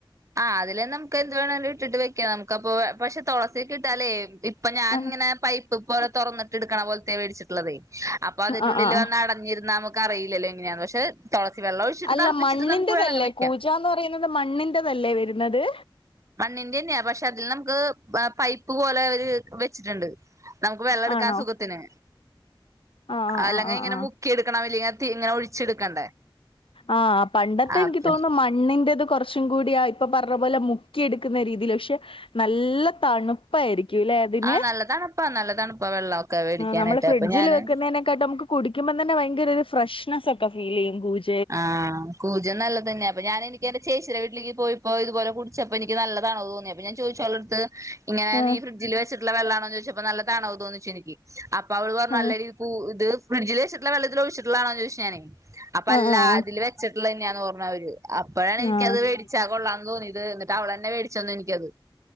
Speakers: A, on the right; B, on the left.
A: ആഹ് അതിലേ നമുക്ക് എന്ത് വേണിലും ഇട്ടിട്ട് വെക്കാം നമുക്ക്പ്പൊ പക്ഷെ തുളസിക്കെ ഇട്ടാലേ ഇപ്പൊ ഞാൻ
B: ആഹ്
A: ഇങ്ങനെ പൈ ഉതു പോലെ തുറന്നിട്ട്ടുക്കണ പോലത്തെേടിച്ചിട്ടത്േ അപ്പൊ അതിന്റെ
B: ആഹ്
A: ഉള്ളിൽ
B: ആഹ്
A: വന്ന് അടഞ്ഞിരുന്ന നമക്ക് അറിയില്ലലോ എങ്ങനെയന്ന് പക്ഷെ വെള്ളം ഒഴിച്ചിട്ട്
B: അല്ല
A: തിളപ്പിച്ചിട്ട്
B: മണ്ണിൻന്റെതല്ലേ
A: നമുക്ക് വേണങ്ങ് വെക്കാം
B: പൂജന്ന് പറയുന്നത് മണ്ണിന്റെതല്ലേ എന്നത്
A: മണ്ണിന്റെ തന്നെയാ പക്ഷെ അതില് നമുക്ക് പൈപ്പ് പോലെ അവര് വെച്ചിട്ടുണ്ട് നമുക്ക് വെള്ളം എടുക്കാൻ
B: ആണോ
A: സുഖത്തിന്
B: ആഹ് ആഹ്
A: അല്ലെങ്കിൽ
B: ആഹ് ആഹ്
A: ഇങ്ങനെ
B: ആഹ്
A: മുക്കി എടുക്കണംല്ലെങ്ക ഇങ്ങനെ ഒഴിച്ചെടുക്കണ്ടേ
B: ആഹ പണ്ടത്തെ
A: അപ്പൊ
B: എനിക്ക് തോന്നുന്നു മണ്ണിന്റത് കുറച്ച് ച്ചും കൂടി ഇപ്പൊ പറഞ്ഞ പോലെ മുക്കിയ എടുക്കുന്ന രീതിയിൽ പക്ഷെ നല്ല തണുപ്പായിരിക്കും
A: ആ നല്ല തണുപ്പാ നല്ല തണുപ്പാ വെള്ളമൊക്കെ മേടിക്കാനായിട്ട്
B: നമ്മള് ഫ്രിഡ്ജിൽ
A: അപ്പൊ ഞാന്
B: വെക്കുന്നതിനെക്കാട്ട നമ കുടിക്കുമ്പ തെ ഭയകരയൊരു ഫ്രഷ് െ ഫീ ചെയ
A: ആഹ് കൂജം നല്ലതന്നെയ അപ്പൊ ഞാൻ എനിക്ക് എന്റെ ചേിയുടെ വീട്ടിലേക്ക് പോയിപ്പോ ഇതുപോലെ കുടിച്ചപ്പോ എനിക്ക് നല്ലതാണോ തോന്നിയപ്പ അ ഞാൻോദിച്ചളർത്ത് ഇങ്ങനെ
B: ആഹ്
A: നീ ഫ്രഡ്ജിൽ വെച്ചട്ട് വെള്ളാണോ ചോിച്ചപ്പ നല്ലതണോ തോന്നിച്ച എനിക്ക് അപ്പ അവവിൾർ
B: ആഹ്
A: നല്ല രീതി പ ഇത് ഫ്രഡ്ജിൽ വെിട്ടുള്ള വള്ളൽ ഒഴിച്ചിട്ടതണോ ചോദിച്ച ഞാനെ അല്ല
B: ആഹ് ആഹ്
A: അതില് വെച്ചിട്ടുള്ള തന്നെയാന്ന്ഓഞ്ഞ അ അവര് അപ്പോഴാണ് എനിക്കത്
B: ആഹ്
A: മേടിച്ചാ കൊള്ളാന്ന് തോന്നിയത് അവള തന്നെ മേടിച്ചന്നു എനിക്കത്